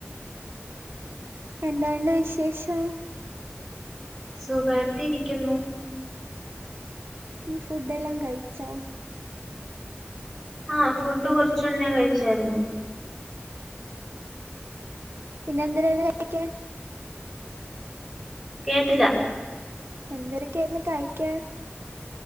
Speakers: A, on the right; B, in the centre.
A: എന്തുണ്ട് വിശേഷം?
B: സുഖായിട്ട് ഇരിക്കുന്നു.
A: നീ ഫുഡേല്ലാം കഴിച്ചോ?
B: ആഫുഡ് കൊറച്ച് മുന്നേ കഴിച്ചായിരുന്നു.
A: പിന്നെ എന്തി <unintelligible>
B: കേട്ടില്ല.
A: എന്തരൊക്കെയായിന്ന് കഴിക്കാൻ